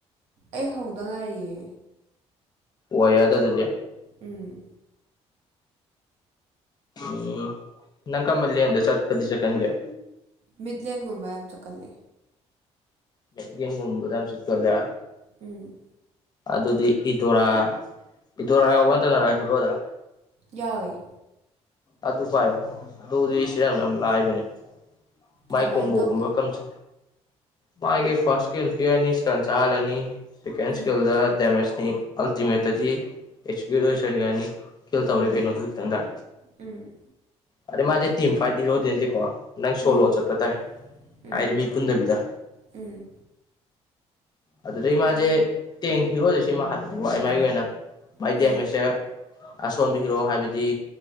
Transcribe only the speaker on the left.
ꯋꯥ ꯌꯥꯗ ꯑꯗꯨꯗꯤ
ꯎꯝ ꯅꯪ ꯀꯝꯕꯜꯂꯤꯦꯟꯟꯦ ꯆꯠ ꯄꯗꯤ ꯁꯦꯀꯟꯒ
ꯃꯠꯒꯨꯝꯕꯗꯝ ꯁꯠꯂ
ꯑꯗꯨꯗꯤ ꯏꯗꯣꯔꯥ ꯏꯗꯣꯔꯥ ꯌꯥꯎꯕ ꯅꯠꯇꯅꯔ ꯍꯤꯔꯣꯗ
ꯑꯗꯨ ꯑꯗꯨ ꯄꯥꯏꯌꯣ ꯑꯗꯨꯗꯁ ꯆꯥꯡ ꯌꯥꯝ ꯂꯥꯏꯕꯅꯦ ꯃꯥꯏ
ꯀꯣꯝꯕꯣꯒꯨꯝꯕ
ꯀꯝꯁ ꯃꯥꯒꯤ ꯐꯥꯔꯁ ꯏꯁꯀꯜ ꯄꯤꯔꯅꯤ ꯏꯁꯇꯟ ꯆꯥꯍꯜꯂꯅꯤ ꯁꯦꯀꯦꯟ
ꯏꯁꯀꯤꯜꯗ ꯗꯦꯃꯦꯖꯅꯤ ꯑꯜꯇꯤꯃꯦꯠꯇꯗꯤ
ꯑꯦꯛꯖꯤꯀ꯭ꯌꯨꯠ ꯑꯣꯏꯁꯟꯒꯅꯤ ꯐꯦꯜ
ꯇꯧꯔꯦ ꯀꯩꯅꯣꯗꯨ ꯈꯤꯇꯪꯗ
ꯑꯗꯩꯩ ꯃꯥꯖꯤ ꯇꯤꯝ ꯐꯥꯏꯠ ꯍꯔꯣꯗꯤ ꯅꯥꯇꯦ ꯀꯣ ꯅꯪ
ꯁꯣꯂꯣ ꯆꯄ ꯇꯥꯏ
ꯑ ꯃꯤ ꯄꯨꯟꯗꯕꯤꯗ꯫
ꯑꯗꯨꯗꯩ ꯏ ꯃꯥꯁꯦ ꯇꯦꯡ ꯍꯤꯔꯣꯁꯦ ꯁꯤꯃ ꯍꯥꯄꯗꯤ ꯋꯥ ꯃꯥꯥꯏꯒꯤ ꯑꯣꯏꯅ ꯃꯥꯥꯏ
ꯗꯦꯃꯦꯖꯁꯦ ꯑꯁꯣꯟꯕꯤꯔꯣꯑꯣ ꯍꯥꯏꯕꯗꯤ